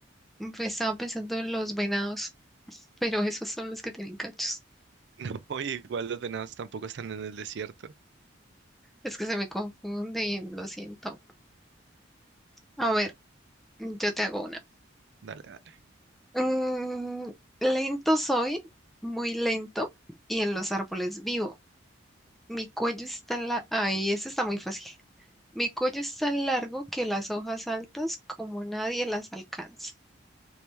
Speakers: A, in the centre; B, on the right.
A: mm, estaba pensando en los venados, <laughs> pero esos son los que tienen cachos.
B: <laughs> No, y igual los venados tampoco están en el desierto.
A: Es que se me confunde y lo siento. A ver, yo te hago una.
B: Dale, dale.
A: Mm, lento soy, muy lento, y en los árboles vivo. Mi cuello es tan largo. Ay, eso está muy fácil. Mi cuello es tan largo que las hojas altas como nadie las alcanza.